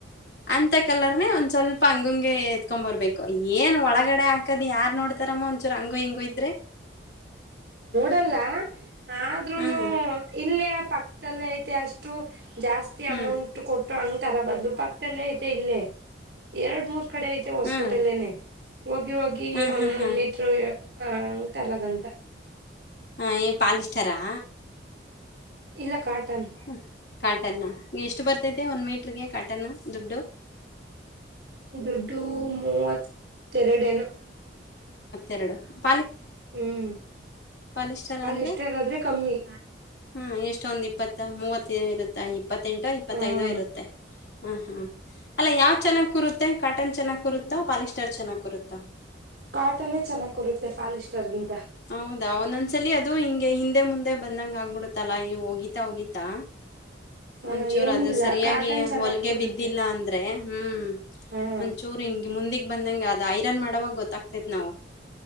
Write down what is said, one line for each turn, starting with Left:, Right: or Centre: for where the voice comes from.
Left: ಅಂತ ಕಲ್ಲರ್ನನೆ ಒಂದ್ ಸ್ವಲ್ಪ ಹಂಗಂಗೆ ಎತ್ಕೊ ಬರ್ಬೇಕು. ಏನ್ ಒಳಗಡೆ ಹಾಕದ್ ಯಾರ್ ನೋಡ್ತಾರಮ್ಮ ಒಂಚೂರು ಹಂಗೂ ಹಿಂಗೋ ಇದ್ರೆ...
Right: ನಾ ಆದ್ರೂ
Left: ಹ್ಮ್
Right: ಇಲೇ ಐ ಅಷ್ಟು ಜಾಸ್ತಿ
Left: ಹ್ಮ್
Right: ಅಮೌಂಟ್ ಕೊಟ್ಟ ಅ... ತರ ಬದಲು ಪಕ್ತಲ್ಲೇ ಐತೆ ಇಲ್ಲೇ ಎರಡ್ ಮೂರ್ ಕಡೆ ಐತೆ ಹೊಸ್ಕೊಟಲ್ಲೇನೆ...
Left: ಹ್ಮ್
Right: ಹೋಗಿ ಹೋಗಿ
Left: ಹ್ಮ್
Right: ಒಂದೊಂದ
Left: ಹ್ಮ್ ಹ್ಮ್
Right: ಮೀಟರು ಅ ತರದಂತ...
Left: ಹಾ ಏ ಪಾಲಿಸ್ಟಾರಾ....
Right: ಇಲ್ಲ.. ಕಾಟನ್
Left: ಹ ಕಾಟನ್ ಎಷ್ಟು ಬರ್ತೈತೆ ಒಂದ್ ಮೀಟ್ರಗೆ ಕಾಟನ್.... ದುಡ್ಡು
Right: ಡ್ಡುು ಮೂ.. ತೆರಡೇನು <inaudible>
Left: ಎರಡು
Right: ಹ್ಮ್
Left: ಪಾಲಿಸ್ಟರ್
Right: ಕಾಲ
Left: ಆದ್ರೆ
Right: ಇಷ್ಟದಾದ್ರೆ ಕಮ್ಮಿ
Left: ಹ್ಮ್ ಎಷ್ಟೊಂದ್ ಇಪ್ಪತ್ತ ಮೂವತ್ತ ಇರುತ್ತೆ ಇಪ್ಪತ್ತೆಂಟೋ ಇಪ್ಪತ್ತೈದೋ
Right: ಹ್ಮ್
Left: ಇರುತ್ತೆ ಹ್ಮ್ ಹ್ಮ್ ಅಲ್ಲ ಯಾವ್ ಚೆನ್ನಾಗ್ ಕರುತ್ತೆ ಕಾಟನ್ ಚೆನ್ನಾಗ್ ಕರುತ್ತ ಪಾಲಿಸ್ಟರ್ ಚೆನ್ನಾಗ್ ಕರುತ್ತ
Right: ಕಾಟನೇ ಚೆನ್ನಾಗಿ ಕೊರುತ್ತೆ ಪಾಲಿಸ್ಟರ್ಗಿಂತ
Left: ಹೌದಾ? ಒಂದೊಂದ್ಸಲಿ ಅದು ಹಿಂಗೆ ಹಿಂದೆ ಮುಂದೆ ಬಂದಂಗ ಆಗ್ಬಿಡುತ್ತಲ್ಲಾ ಇವು ಹೋಗೀಿತಾ ಹೋಗೀತಾ
Right: ಹ್ಮ
Left: ಒಂಚೂರು
Right: ಏನಿಲ್ಲ
Left: ಅದು ಸರಿಯಾಗಿ
Right: ಕಾಟನ್ ಚೆನ್ನಾಗ್
Left: ಹೊಲ್ಗೆ
Right: ಕೂರುತ್ತೆ
Left: ಬಿದ್ದಿಲ್ಲ ಅಂದ್ರೆ ಹ್ಮ್
Right: ಹ್ಮ್
Left: ಒಂದಚೂರು ಹೆಂಗ ಮುಂದಿಗ್ ಬಂದಂಗ ಅದ ಐರನ್ ಮಾಡವಾಗ ಗೊತ್ತಾಗ್ತೇತ್ ನಾವು